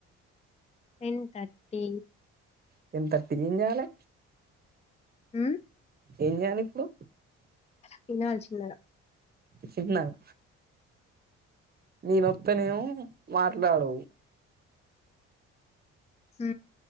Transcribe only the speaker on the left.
టెన్ థర్టీ
ఊ
తినాల చిన్నగా
ఊ